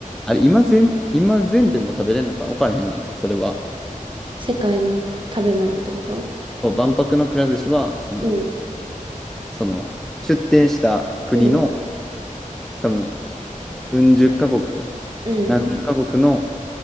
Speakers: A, in the centre; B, on the right (about 35°).
A: あれ、今全、今全店も食べれんのか分からへんねんけど、それは。
B: 世界の食べ物ってこと
A: そう、万博のくら寿司は、その、
B: うん、
A: その、出店した国の、
B: うん、
A: 多分、うん十カ国、
B: うん。
A: 何十カ国の、